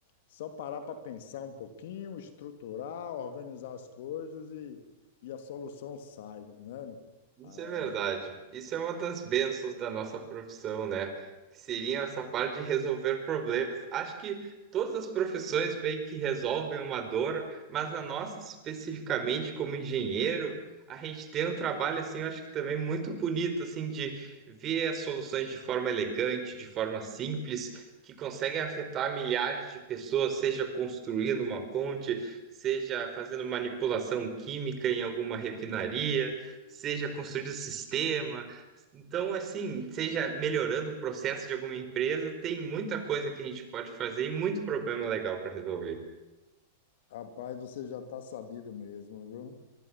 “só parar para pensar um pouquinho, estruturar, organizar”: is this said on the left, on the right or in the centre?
Left